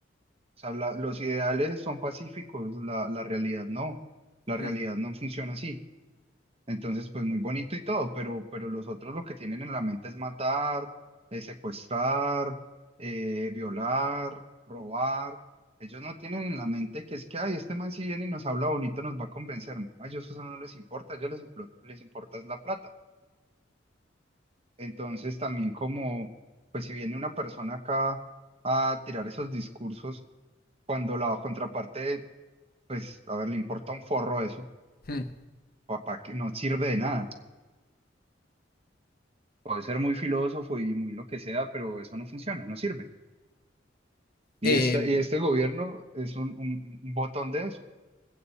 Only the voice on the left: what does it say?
Mm,
mm.
Em,